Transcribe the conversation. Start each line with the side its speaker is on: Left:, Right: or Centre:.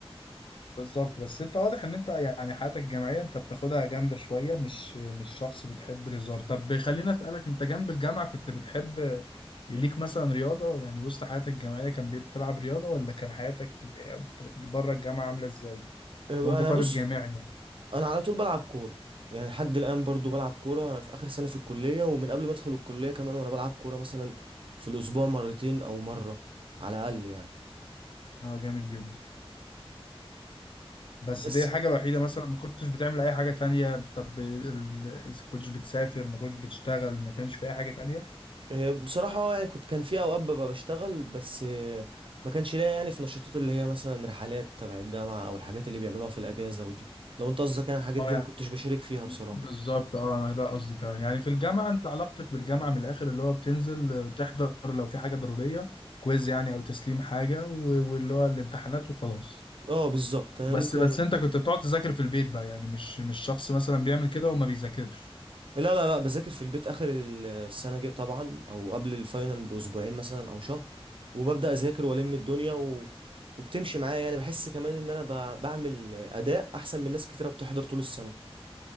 Left: بالظبط بس انت واضح ان انت يعني حياتك الجامعيه انت بتاخدها جامده شويه مش مش شخص بتحب الهزار طب خليني اسالك انت جنب الجامعه كنت بتحب يليك مثلا رياضه يعني وسط حياتك الجامعيه كان بتلعب رياضه ولا كان حياتك بت- بره الجامعه عامله ازاي
Right: آه،
Left: وانت
Right: انا
Left: طالب
Right: بص
Left: جامعي يعني
Right: انا على طول بلعب كوره يعني لحد الان برضو بلعب كوره انا في اخر سنه في الكليه ومن قبل ما ادخل الكليه كمان وانا بلعب كوره مثلا في الاسبوع مرتين او مره على الاقل يعني
Left: اه جامد جدا بس
Right: بس
Left: دي الحاجه الوحيده مثلا ما كنتش بتعمل اي حاجه تانية طب ال... كنتش بتسافر ما كنتش بتشتغل ما كانش في اي حاجه تانية
Right: آه، بصراحة اه يعني كنت كان في أوقات ببقى بشتغل بس آه، ما كانش ليا يعني في نشاطات اللي هي مثلا رحلات تبع الجامعة أو الحاجات اللي بيعملوها في الأجازة ودي لو أنت قصدك يعني الحاجات
Left: اه
Right: دي
Left: يعني
Right: ما كنتش بشارك فيها بصراحة
Left: بالظبط اه انا ده قصدي فعلا يعني في الجامعه انت علاقتك بالجامعه من الاخر اللي هو بتنزل آه، تحضر لو في حاجه ضروريه كويز يعني او تسليم حاجه و- واللي هو الامتحانات وخلاص
Right: اه بالظبط أنا
Left: بس
Right: ممكن
Left: بس انت كنت بتقعد تذاكر في البيت بقى يعني مش مش شخص مثلا بيعمل كده وما بيذاكرش
Right: لا لا لا بذاكر في البيت آخر ال- السنة جاي طبعا أو قبل الفاينل بأسبوعين مثلا أو شهر وببدأ أذاكر وألم الدنيا و... وبتمشي معايا يعني بحس كمان إن أنا ب... بعمل أداء أحسن من ناس كتيرة بتحضر طول السنة